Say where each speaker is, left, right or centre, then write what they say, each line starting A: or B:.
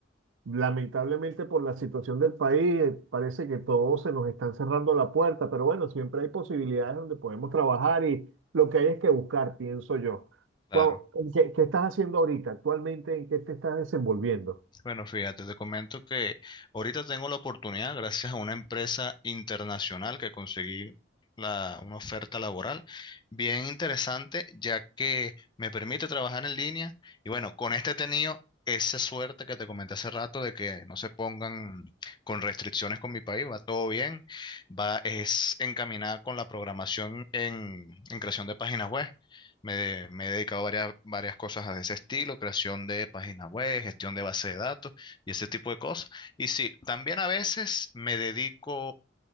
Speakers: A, on the right; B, on the left.
A: Lamentablemente por la situación del país, eh, parece que todos se nos están cerrando la puerta, pero bueno, siempre hay posibilidades donde podemos trabajar y lo que hay es que buscar, pienso yo.
B: claro.
A: Cuau- ¿Qué, qué estás haciendo ahorita? Actualmente, ¿en qué te estás desenvolviendo?
B: Bueno, fíjate, te comento que ahorita tengo la oportunidad, gracias a una empresa internacional que conseguí la, una oferta laboral bien interesante, ya que me permite trabajar en línea. Y bueno, con este he tenido esa suerte que te comenté hace rato de que no se pongan con restricciones con mi país, va todo bien, va, es encaminada con la programación en, en creación de páginas web. Me, de- me he dedicado a varias, varias cosas de ese estilo, creación de páginas web, gestión de base de datos y ese tipo de cosas. Y sí, también a veces me dedico